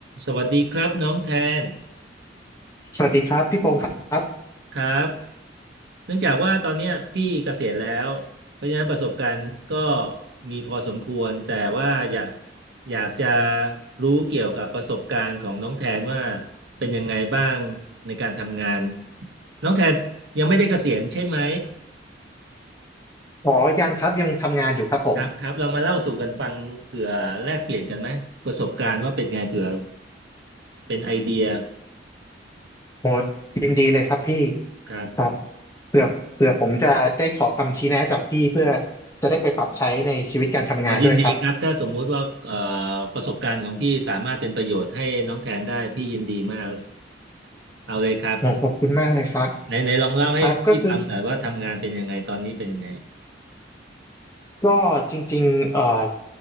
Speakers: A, on the right; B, on the left.
A: สวัสดีครับน้องแทน
B: สวัสดีครับพี่พงศ์ครับ
A: ครับเนื่องจากว่าตอนเนี้ยพี่เกษียณแล้วเพราะฉะนั้นประสบการณ์ก็มีพอสมควรแต่ว่าอยากอยากจะรู้เกี่ยวกับประสบการณ์ของน้องแทนว่าเป็นยังไงบ้างในการทำงานน้องแทนยังไม่ได้เกษียณใช่ไหม
B: อ๋อยังครับยังทำงานอยู่ครับผม
A: ครับครับเรามาเล่าสู่กันฟังเผื่อแลกเปลี่ยนกันไหมประสบการณ์ว่าเป็นไงเผื่อเป็นไอเดีย
B: โหยินดีเลยครับพี่
A: ครับ
B: ครับเผื่อเผื่อผมจะได้ขอคำชี้แนะจากพี่เพื่อจะได้ไปปรับใช้ในชีวิตการทำงานด้วยครับ
A: ขอยินดีครับถ้าสมมุติว่าเอ่อประสบการณ์ของพี่สามารถเป็นประโยชน์ให้น้องแทนได้พี่ยินดีมากเอาเลยครับ
B: โหขอบคุณมากเลยครับ
A: ไหนไหนลองเล่าให้พี่ฟังหน่อยว่าทำงานเป็นยังไงตอนนี้เป็นยังไง
B: ครับก็คือก็จริงๆเอ่อ